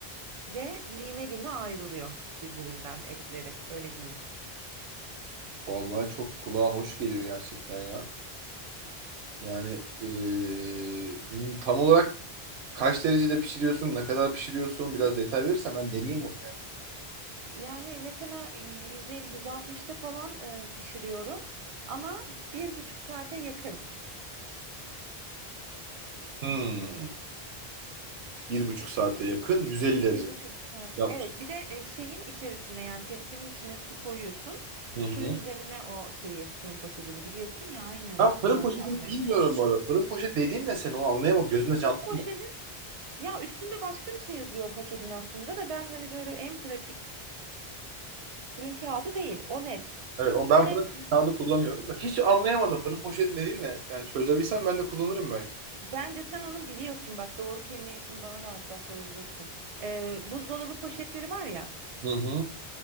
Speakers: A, on the right; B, on the right.
A: ve lime lime ayrılıyor birbirinden etleri, öyle diyeyim.
B: vallahi çok kulağa hoş geliyor gerçekten ya. Yani e, tam olarak kaç derecede pişiriyorsun, ne kadar pişiriyorsun biraz detay verirsen ben deneyeyim bunu yani.
A: Yani, mesela yüz elli, 160'ta falan, eee, pişiriyorum ama bir buçuk saate yakın.
B: Hmm, bir buçuk saate yakın 150 derece
A: Bir buçuk saat.
B: yapmış.
A: Evet, bir de e, şeyin içerisine yani tepsinin içine su koyuyorsun.
B: Hı hı.
A: Suyun üzerine o şeyi fırın poşetini biliyorsun ya aynı
B: Ben fırın
A: yöntemle.
B: poşetini bilmiyorum bu arada. Fırın poşet dediğin de seni onu anlayamadım. Gözümde canlandı.
A: Fırın poşeti ya üstünde başka bir şey yazıyor o paketin aslında da ben hani böyle en pratik fırın kağıdı değil o net.
B: Evet, o
A: Böyle
B: ben fırın
A: m,
B: kağıdı kullanıyorum da. Hiç anlayamadım fırın poşeti dediğin ne? Yani çözebilsem ben de kullanırım belki.
A: bence sen onun biliyorsun bak doğru kelimeyi şimdi bana da hatta söyleyeceksin. Ee, buzdolabı poşetleri var ya
B: Hı hı.